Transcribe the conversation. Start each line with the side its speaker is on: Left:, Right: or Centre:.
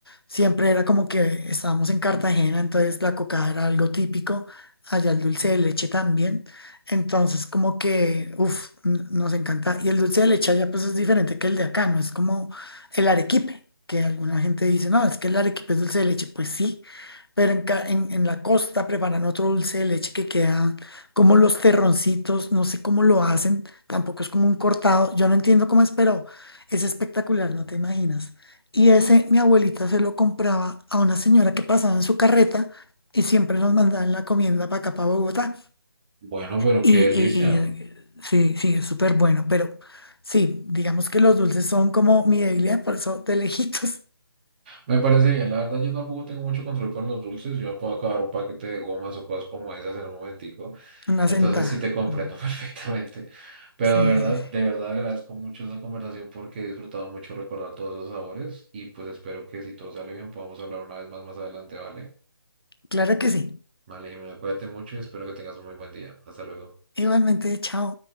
Left: siempre era como que estábamos en Cartagena, entonces la cocada era algo típico, allá el dulce de leche también, entonces como que, uff, nos encanta, y el dulce de leche allá pues es diferente que el de acá, no es como el arequipe, que alguna gente dice, no, es que el arequipe es dulce de leche, pues sí. Pero en, ca- en en la costa preparan otro dulce de leche que queda como los terroncitos, no sé cómo lo hacen, tampoco es como un cortado, yo no entiendo cómo es, pero es espectacular, no te imaginas. Y ese mi abuelita se lo compraba a una señora que pasaba en su carreta y siempre nos mandaban la comienda para acá, para Bogotá.
Right: Bueno, pero
Left: Y,
Right: qué delicia.
Left: y- y, eh, sí, sí, es súper bueno, pero sí, digamos que los dulces son como mi debilidad, por eso de lejitos,
Right: Me parece bien, la verdad yo tampoco tengo mucho control con los dulces, yo me puedo acabar un paquete de gomas o cosas como esas en un momentico,
Left: <laughs> una
Right: entonces
Left: sentada.
Right: sí te comprendo
Left: Mm,
Right: <laughs> perfectamente, pero
Left: Sí,
Right: de verdad,
Left: sí, sí.
Right: de verdad agradezco mucho esta conversación porque he disfrutado mucho recordar todos esos sabores y pues espero que si todo sale bien podamos hablar una vez más más adelante, ¿vale?
Left: Claro que sí.
Right: Vale, Jimena, cuídate mucho y espero que tengas un muy buen día, hasta luego.
Left: Igualmente, chao.